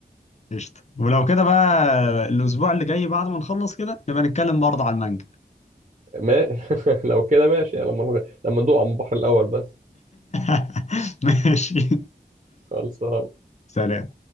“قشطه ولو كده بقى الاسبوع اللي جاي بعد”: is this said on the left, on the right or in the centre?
Left